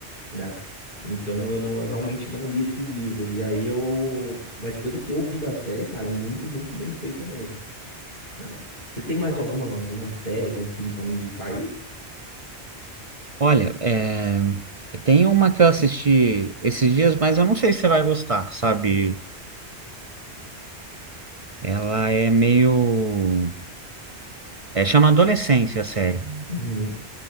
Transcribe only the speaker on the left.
né? Então eu não, eu realmente não li esses livros. E aí eu, mas pelo que eu vi da série, cara, é muito, muito bem feita mesmo. né? Você tem mais alguma, alguma série, algum filme pra me indicar aí?
Hum.
Uhum.